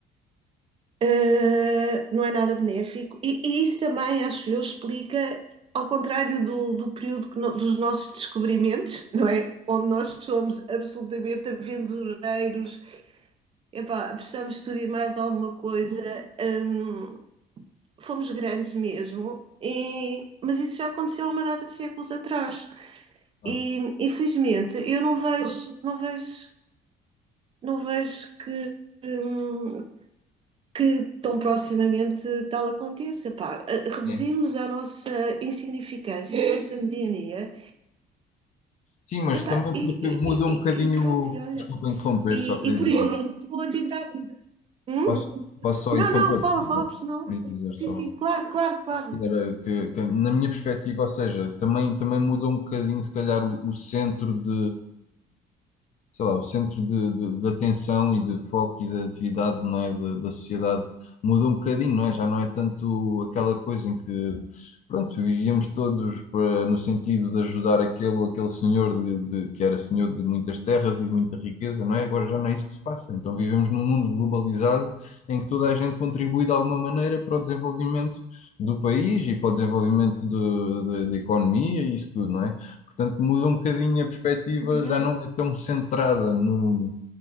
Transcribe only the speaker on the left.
Claro.
É.
Sim, mas
também
porque
muda
um bocadinho.
o-
Desculpa interromper,
só queria
dizer.
Posso, posso só
interromper?
Queria dizer só.
que era que, que, na minha perspectiva, ou seja, também, também mudou um bocadinho, se calhar, o, o centro de, sei lá, o centro de, de, de atenção e de foco e de atividade, não é, de- da sociedade mudou um bocadinho, não é? Já não é tanto aquela coisa em que, pronto, vivíamos todos para, no sentido de ajudar aquele ou aquele senhor de, de- que era senhor de muitas terras e de muita riqueza, não é? Agora já não é isso que se passa. Então vivemos num mundo globalizado em que toda a gente contribui de alguma maneira para o desenvolvimento do país e para o desenvolvimento do- da da economia e isso tudo, não é? Portanto, muda um bocadinho a perspectiva,
já não é tão centrada no,